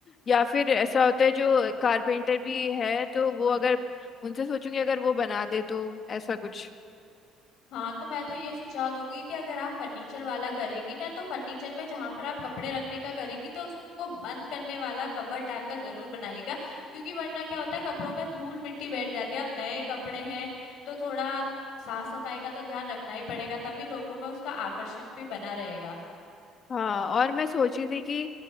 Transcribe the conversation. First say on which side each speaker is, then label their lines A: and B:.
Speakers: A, on the left; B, on the left.
A: या फिर ऐसा होता है जो कारपेंटर भी है तो वो अगर उनसे सोचूंगी अगर वो बना दे तो ऐसा कुछ
B: हाँ तो मैं तो ये सुझाव दूंगी कि अगर आप फर्नीचर वाला करेंगी ना तो फर्नीचर में जहां पर आप कपड़े रखने का करेंगी तो उसको बंद करने वाला कबर्ड टाइप का जरूर बनाइएगा क्योंकि वरना क्या होता है कपड़ों में धूल मिट्टी बैठ जाती है अब नए कपड़े हैं तो थोड़ा साफ सफाई का तो ध्यान रखना ही पड़ेगा तभी लोगों में उसका आकर्षण भी बना रहेगा
A: हाँ और मैं सोची थी कि